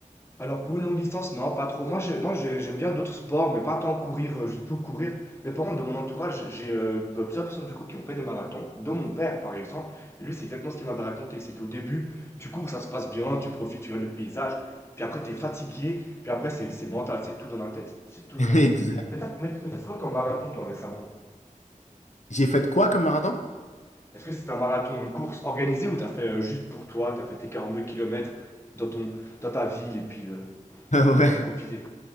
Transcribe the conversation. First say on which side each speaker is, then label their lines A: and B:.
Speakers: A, on the left; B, on the left.
A: alors pour une longue distance, non, pas trop. Moi, j'ai- moi, j'ai- j'aime bien d'autres sports, mais pas tant courir, euh, juste pour courir. Mais par contre, de mon entourage, j'ai euh, bah, plusieurs personnes du coup qui ont fait des marathons, dont mon père par exemple. Et lui, c'est exactement ce qu'il m'avait raconté. C'est qu'au début, tu cours, ça se passe bien, tu profites, tu regardes le paysage. Puis après, t'es fatigué. Puis après, c'est c'est mental, c'est tout dans la tête. C'est tout
B: <laughs>
A: dans la
B: Exact.
A: tête. Mais t'as mais, mais t'as fait quoi comme marathon, toi, récemment?
B: J'ai fait quoi comme marathon? <laughs>
A: Est-ce que c'est un marathon, une course organisée ou t'as fait euh, juste pour toi, t'as fait tes 42 kilomètres dans ton, dans ta ville et puis euh,
B: Ouais,
A: et puis t'as profité?